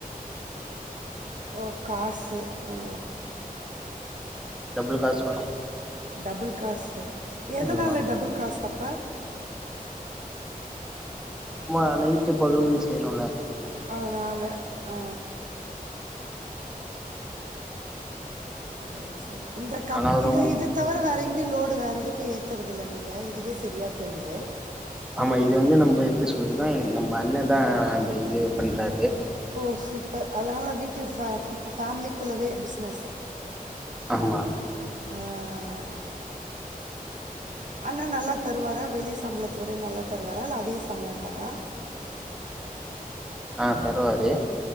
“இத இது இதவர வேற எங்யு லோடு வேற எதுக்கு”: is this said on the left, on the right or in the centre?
Right